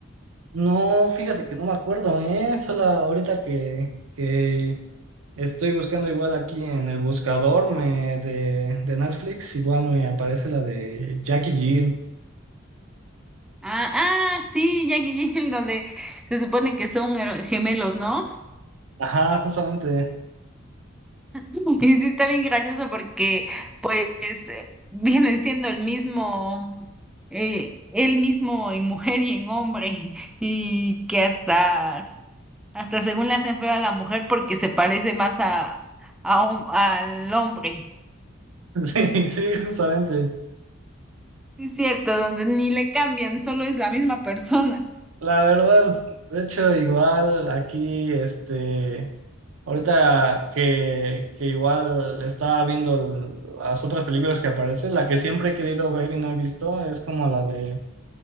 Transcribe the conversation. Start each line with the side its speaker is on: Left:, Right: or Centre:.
Right: No, fíjate que no me acuerdo, ¿eh? Solo ahorita que, que estoy buscando igual aquí en el buscador me, de, de Netflix, igual me aparece la de Jackie Jill.
Centre: Ah, ah, sí, Jackie y Jill, donde se supone que son eh, gemelos, ¿no?
Right: Ajá, justamente.
Centre: <laughs> Y sí está bien gracioso porque pues eh, vienen siendo el mismo, eh, el mismo en mujer y en hombre <laughs> y que hasta, hasta según le hacen feo a la mujer porque se parece más a, a hom- al hombre.
Right: <laughs> Sí, sí, justamente.
Centre: Sí, Es cierto, donde ni le cambian, solo es la misma persona.
Right: La verdad, de hecho, igual aquí, este, ahorita que, que igual estaba viendo l- las otras películas que aparecen, la que siempre he querido ver y no he visto es como la de,